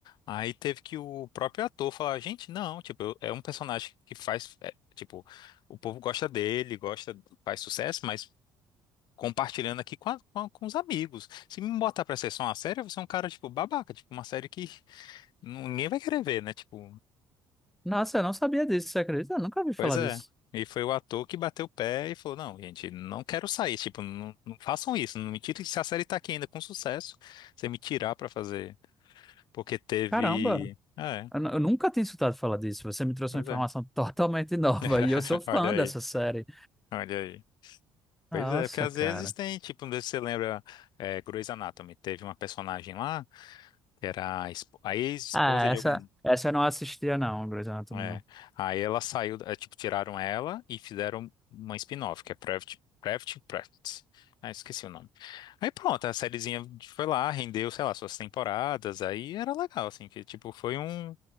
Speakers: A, on the left; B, in the centre.
A: Aí teve que o próprio ator falar, gente, não, tipo, eu- é um personagem que faz, é, tipo, o povo gosta dele, gosta, faz sucesso, mas compartilhando aqui com, a- com, a- com os amigos. Se me botar pra ser só uma série, eu vou ser um cara, tipo, babaca, tipo, uma série que <laughs> ninguém vai querer ver, né? Tipo,
B: Nossa, eu não sabia disso, você acredita? Eu nunca ouvi falar
A: Pois é.
B: disso.
A: E foi o ator que bateu o pé e falou: Não, gente, não quero sair. Tipo, não, não façam isso. Não me tirem. Se a série tá aqui ainda com sucesso, você me tirar pra fazer. Porque teve.
B: Caramba,
A: É,
B: eu, nu- eu nunca tinha escutado falar disso. Você me trouxe
A: pois
B: uma informação
A: é.
B: <laughs> totalmente nova
A: <laughs>
B: e eu sou fã
A: Olha aí,
B: dessa série.
A: olha aí. Pois
B: Nossa,
A: é, porque às
B: cara.
A: vezes tem, tipo, não sei se você lembra, é, Grey's Anatomy, teve uma personagem lá que era a, espo- a ex-esposa
B: Ah, essa,
A: de algum.
B: essa eu não assistia, não, Grey's Anatomy,
A: É.
B: não.
A: Aí ela saiu, é, tipo, tiraram ela e fizeram uma spin-off, que é Private, Private Practice. Ah, esqueci o nome. Aí pronto, a sériezinha foi lá, rendeu, sei lá, suas temporadas, aí era legal, assim, que tipo, foi um,